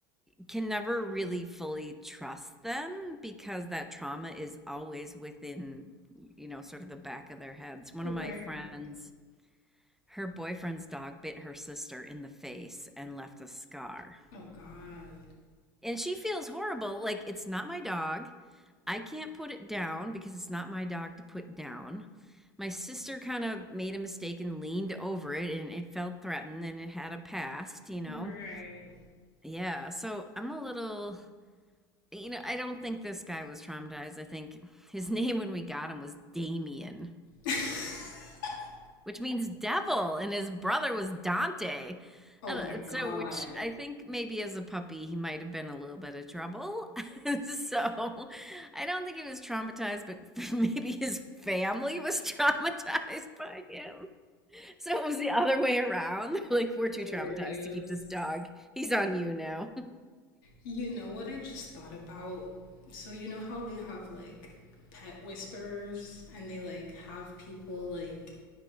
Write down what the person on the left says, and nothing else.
Right.
Oh God.
Right.
<laughs>
Oh
my God.
Hilarious.
You know what I just thought about? So you know how they have like pet whisperers and they like have people like